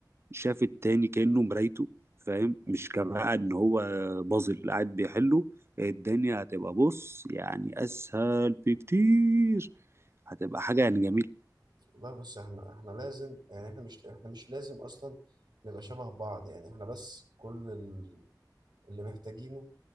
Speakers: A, on the right; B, on the right.
A: شاف التاني كأنه مرايته فاهم مش كبقى ان هو بازل قاعد بيحله الدنيا هتبقى بص يعني اسهل بكتير هتبقى حاجة يعني جميلة
B: والله بص احنا احنا لازم يعني احنا مش احنا مش لازم اصلا نبقى شبه بعض يعني احنا بس كل ال- اللي محتاجينه